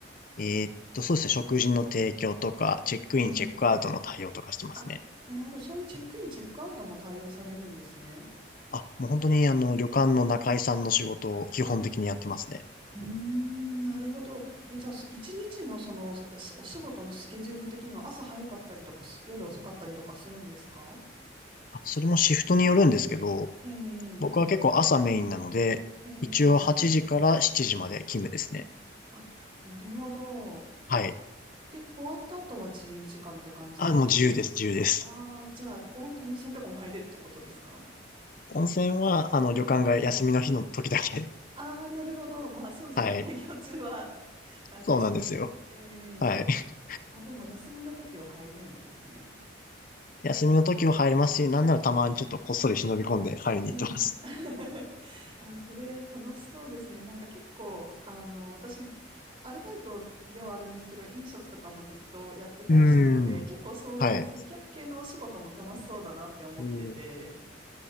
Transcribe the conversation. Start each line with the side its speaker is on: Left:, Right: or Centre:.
Left: えーっと、そうですね。食事の提供とか、チェックイン、
Right: ええ
Left: チェックアウトの対応とかしてますね。
Right: あ、なるほど。そういうチェックイン、チェックアウトも対応されるんですね。
Left: あ、もう本当にあの、旅館の仲居さんの仕事を基本的にやってますね。
Right: あ、うーん、なるほど。え、じゃあ、す一日のその、すお仕事のスケジュール的には朝早かったりとかす、夜遅かったりとかするんですか
Left: あ、それもシフトによるんですけど、
Right: え
Left: 僕は結構朝メインなので、
Right: え、ええ
Left: 一応8時から7時まで勤務ですね。
Right: あ、なるほど。
Left: はい。
Right: で、終わった後は自由時間って感じですか
Left: あ、もう自由です、自由です。
Right: ああー、じゃあ、温温泉とかも入れるってことですか
Left: 温泉は、あの、旅館が休みの日の時だけ。
Right: ああなるほど。まあ、そうですね。
Left: <laughs> はい。
Right: <laughs> 営業中は、あれですよね。
Left: そうなんですよ。
Right: え
Left: はい。
Right: え
Left: <laughs>
Right: あ、でも、休みの時は入れるんですね。
Left: 休みの時も入れますし、なんならたまにちょっとこっそり忍び込んで入りに行ってます。
Right: ええ <laughs> あ、それ楽しそうですね。なんか結構、あの、私、アルバイトではあるんですけど、飲食とかもずっとやってたりしたので、
Left: うーん。
Right: 結構そういう接客系のお仕事も楽しそうだなって思ってて。
Left: はい。うん